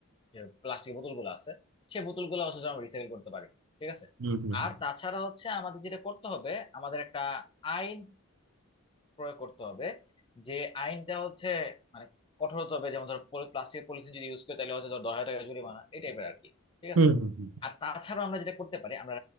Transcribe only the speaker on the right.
হুম হুম হুম
হুম
হুম হুম।